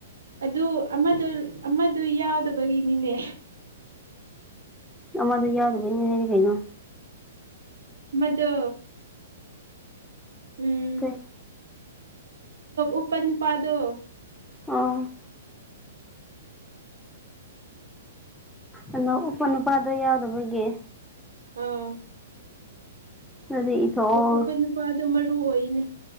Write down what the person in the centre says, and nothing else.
ꯑꯃꯗ ꯌꯥꯎꯗꯨꯕꯩꯅꯦ ꯍꯥꯏꯗꯤ ꯀꯩꯅꯣ
ꯀꯩ
ꯑ ꯑꯗꯣ ꯎꯄ ꯅꯨꯄꯥꯗ ꯌꯥꯎꯗꯕꯒꯤ
ꯑꯗꯨꯗꯤ ꯏꯊꯣꯛꯑꯣ